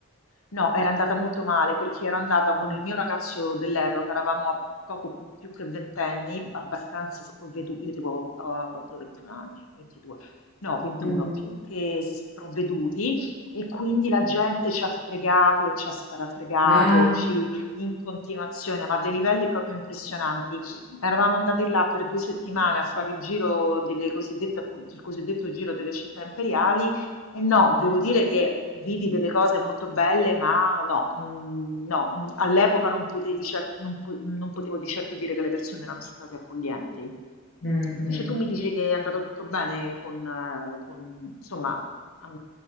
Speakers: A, on the left; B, on the left.
A: no, era andata molto male perché ero andata
B: mm,
A: con il mio ragazzo dell'epoca, eravamo a poco più che ventenni, abbastanza sprovveduti, io tipo avevo, avevo avuto 21 anni, 22, no, 21,
B: mhm.
A: più che sprovveduti. E quindi la gente ci ha fregato e ci ha strafregato,
B: Ah,
A: ci, in continuazione, ma a dei livelli proprio impressionanti. Eravamo andati là per due settimane a fare il giro delle cosiddette, appunto, il cosiddetto giro delle città imperiali. E no, devo dire che vidi delle cose molto belle, ma no, mm, no, mm, all'epoca non potevi cer- non po- non potevo di certo dire che le persone erano state accoglienti.
B: mm,
A: Invece
B: mm.
A: tu mi dici che è andato tutto bene con, eh, con, insomma, a,